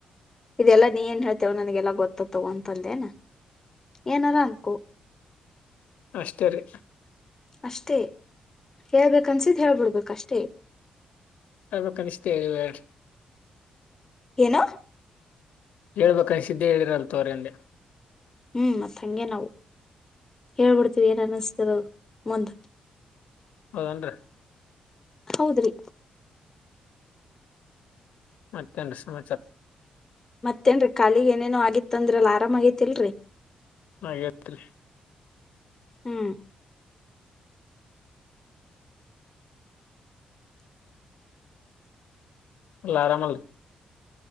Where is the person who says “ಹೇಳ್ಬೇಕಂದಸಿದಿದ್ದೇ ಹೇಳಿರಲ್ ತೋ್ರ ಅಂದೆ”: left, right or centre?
Left